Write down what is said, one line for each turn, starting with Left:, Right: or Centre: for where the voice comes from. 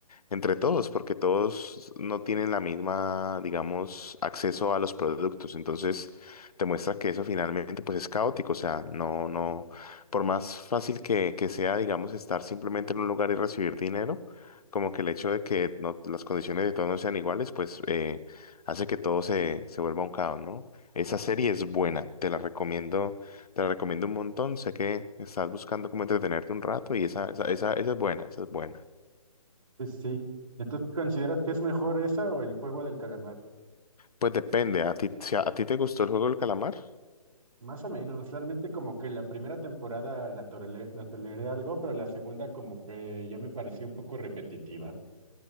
Left: entre todos, porque todos no tienen la misma, digamos, acceso a los productos. Entonces, te muestra que eso finalmente pues es caótico. O sea, no, no, por más fácil que, que sea, digamos, estar simplemente en un lugar y recibir dinero, como que el hecho de que no, las condiciones de todos no sean iguales, pues eh, hace que todo se, se vuelva un caos, ¿no? Esa serie es buena, te la recomiendo, te la recomiendo un montón. Sé que estás buscando como entretenerte un rato y esa, esa, esa, esa es buena, esa es buena.
Right: pues sí. Entonces, ¿consideras que es mejor esa o el juego del calamar?
Left: Pues depende, a ti, si a, a ti te gustó el juego del calamar,
Right: Más o menos, realmente como que la primera temporada la toleré, la toleré algo, pero la segunda como que ya me pareció un poco repetitiva.